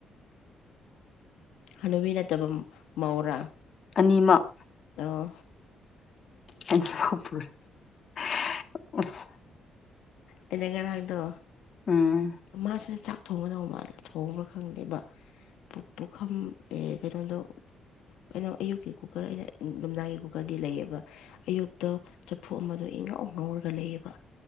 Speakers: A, on the left (about 85°); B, on the left (about 45°).
A: ꯍꯅꯨꯕꯤ ꯅꯠꯇꯕ ꯃꯧꯔꯥ
B: ꯑꯅꯤꯃꯛ
A: ꯑꯣ
B: <unintelligible>
A: ꯑꯩꯅ ꯉꯔꯥꯡꯗꯣ
B: ꯎꯝ
A: ꯃꯥꯁꯨ ꯆꯥꯛ ꯊꯣꯡꯒꯗꯧꯕ ꯃꯥꯜꯂꯤ ꯊꯣꯡꯕ꯭ꯔꯥ ꯈꯪꯗꯦꯕ ꯄꯨꯈꯝ ꯑꯦ ꯀꯩꯅꯣꯗꯣ ꯀꯩꯅꯣ ꯑꯌꯨꯛꯀꯤ ꯀꯨꯀꫪ ꯑꯩꯅ ꯅꯨꯡꯗꯥꯡꯒꯤ ꯀꯨꯀꫪꯗꯤ ꯂꯩꯌꯦꯕ ꯑꯌꯨꯛꯇ ꯆꯐꯨ ꯑꯃꯗꯣ ꯏꯉꯥꯎ ꯉꯥꯎꯔꯒ ꯂꯩꯌꯦꯕ